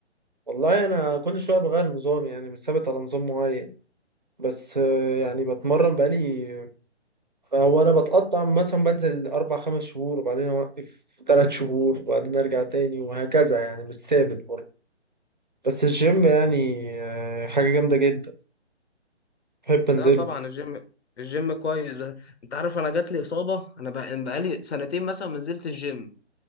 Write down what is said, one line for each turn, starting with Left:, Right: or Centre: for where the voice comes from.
Right: والله أنا كل شوية بغير نظام يعني مش ثابت على نظام معين بس آه، يعني بتمرن بقالي هو انا بتقطع مثلا بنزل اربع خمس شهور وبعدين اوقف ثلاث شهور وبعدين ارجع تاني وهكذا يعني مش ثابت برضه بس الجيم يعني آه، حاجة جامدة جدا بحب انزله
Left: لا طبعا الجيم الجيم كويس بقى. انت عارف انا جات لي إصابة انا بقى- بقالي سنتين مثلا ما نزلت الجيم